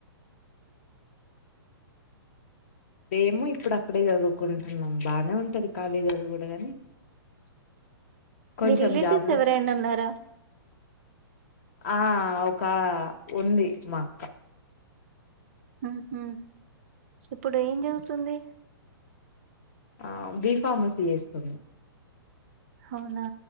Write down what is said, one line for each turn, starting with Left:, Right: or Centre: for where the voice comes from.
Left: మేము ఇప్పుడు అక్కడే చదువుకుంటున్నాం బాగానే ఉంటది కాలేజీ చదువు కూడా గాని కొంచెం
Right: మీ రిలేటివ్స్
Left: జాబ్ లో
Right: ఎవరైనా ఉన్నారా
Left: ఆ ఒక ఉంది మా అక్క
Right: ఉహు ఇప్పుడు ఏం చదువుతుంది
Left: ఆ బి ఫార్మసీ చేస్తుంది
Right: అవునా